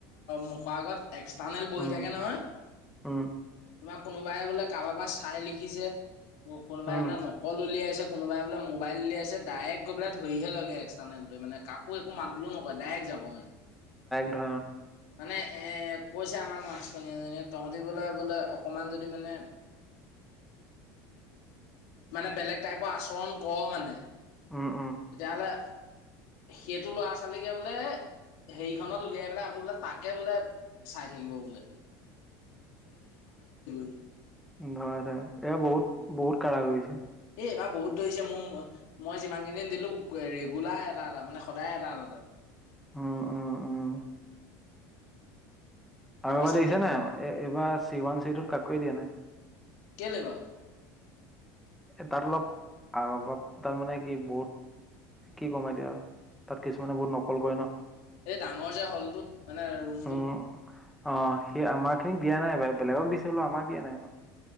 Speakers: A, on the left; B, in the centre.
A: মুখৰ আগত। এক্সটাৰ্নেল বহি
B: উম
A: থাকে নহয়।
B: উম
A: তোমাক কোনোবাই বোলে কাৰোবাৰ পৰা চাই লিখিছে। কোনোবাই
B: উম
A: বোলে নকল উলিয়াইছে। কোনোবাই বোলে মোবাইল উলিয়াইছে আছে। ডাইৰেক্ট গই ধৰিহে লয় এক্সটাৰনেলটোৱ মানে। কাকো একো মাত বোলেও নকয় ডাইৰেক্ট যাব মানে।
B: ধ।
A: মানে এ কৈছে আমাক মাষ্টৰনী এজনীয়ে তহঁতিবলৈ বোলে অকণমান যদি মানে, মানে বেলেগ টাইপৰ আচৰণ কৰ মানে।
B: উম উম
A: তেতিয়াহলে। সেইটো ল'ৰা ছোৱালীকে বোলে, হেৰিখনত উলিয়াই পেলাই আকৌ বোলে। তাকে বোলে, চাই থাকিব বোলে। এই।
B: ধৰ ধৰা এয়া বহুত বহুত কাঢ়াকৰিছে।
A: এইবাৰ বহুত ধৰিছে মোৰ মই যিমানখিনি দিলো ৰেগুলাৰ এটা এটা মানে সদায় এটা এটা ত।
B: উম উম উম।
A: গম
B: আৰু
A: পাইছা
B: এবাৰ দেখিছে নাই এইবাৰ চি ৱান চিটোত কাকোৱয়ে দিয়া নাই।
A: কেলে বাও।
B: এ তাত অলপ আৰ বপ্তা মানে কি বওত, কি কম এতিয়া। তাত কিছুমানে বহুত নকল কৰে ন
A: এই ডাঙৰ যে হলটো মানে ৰুমটো।
B: উম অ সি আমাৰ খিনিক দিয়া নাই বা বেলেগক দিচেবোলো, আমাক দিয়া নাই বু।